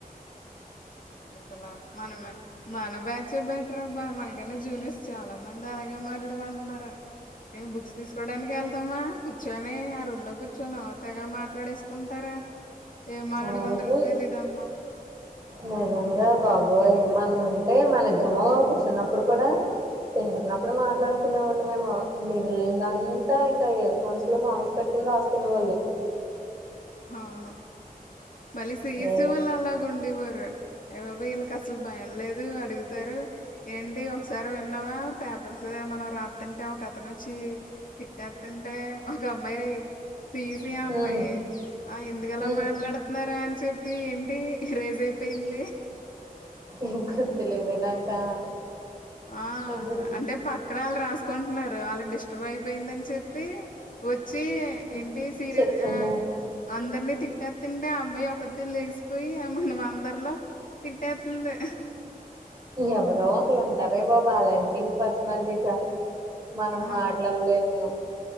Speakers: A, on the left; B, on the right.
A: అసలా మనమ మన బ్యాచే బెటర్ అబ్బా మనకన్నా జూనియర్స్ చాలా మంది అలాగే మాట్లాడుకుంటున్నార మేమ్ బుక్స్ తీసుకోవడానికి ఎళ్తామా కూర్చొని ఆ రూమ్ లో కూర్చొని ఓ తెగ మాట్లాడేసుకుంటారా ఏ మాటాడుకుంటరో
B: అవును
A: తెలీదు అమ్మా
B: నిజంగా బాబోయ్ మనం ఉంటే
A: హ్మ్.
B: మన ఇద్దరమో కుర్చు చున్నప్పుడు కూడా తింటున్నప్పుడు మాట్లాడుకునే
A: హ్మ్.
B: వాళ్ళుమేమో మిగిలిందంతా ఇంకా ఇయర్ ఫోన్స్ లో సాంగ్స్ పెట్టుకుని రాసుకునే వోళ్ళు
A: హవును మళ్లి సిఇసి
B: ఏ
A: వాళ్లు అలాగ ఉండేవారు అయి బాబోయి వీళ్ళకి అసలు భయం లేదు అడుగుతారు ఏంటి ఒకసారి విన్నావా పేపర్స్ మనం రాత్తుంటే ఒక అతను వచ్చి తిట్టెత్తుంటే ఒక అమ్మాయి నీ ఫీస్ ప్రియ
B: హ్మ్.
A: అమ్మాయి ఆ ఎందుకలా
B: హ్మ్.
A: మాట్లాడ్ తున్నారా అని చెప్పి ఏంటి రేసు అయిపోయింది
B: ఏం గుర్తులేద నాకా
A: ఆ
B: కొంచెం
A: అంటే పక్కన వాళ్ళు రాసుకుంటున్నారు వాళ్ళకి డిస్టర్బ్ అయిపోయిందని చెప్పి వచ్చి
B: హ్మ్.
A: ఏంటి సీరియస్
B: చెప్తున్నా.
A: ఆ అందరినీ తిట్టెతుంటే ఆ అమ్మాయి ఒక్కతే లేసిపోయి మనం అందరిల తిట్టెతుంది
B: ఎవరో ఒకళ్ళు ఉంటారే బాబు అలాంటి పర్సనాలిటీసా మనం
A: ఆ
B: మాట్లాడలేము